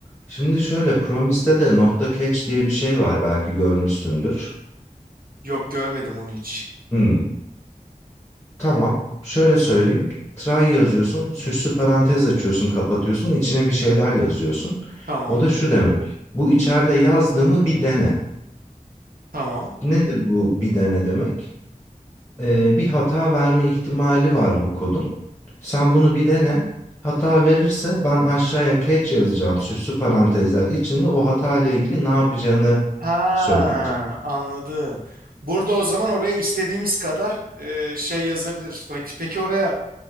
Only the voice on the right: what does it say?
Yok görmedim onu hiç.
Tamam
tamam.
Ha
anladım. Burada o zaman oraya istediğimiz kadar e, şey yazabiliriz. Peki, peki oraya